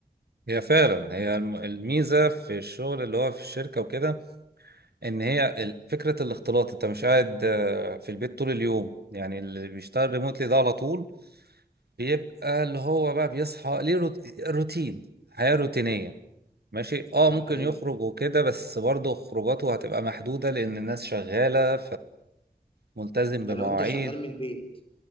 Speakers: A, on the right; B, on the left.
A: هي فعلا هي الم- الميزة في الشغل اللي هو في الشركة وكده ان هي ال- فكرة الاختلاط انت مش قاعد آه، في البيت طول اليوم يعني اللي بيشتغل ريموتلي ده على طول بيبقى اللي هو بقى بيصحى ليه روت- روتين حياة روتينية ماشي اه
B: ده
A: ممكن
B: حقيقه
A: يخرج وكده بس برضه خروجاته هتبقى محدودة لأن الناس شغالة فملتزم بمواعيد
B: ده لو انت شغال من البيت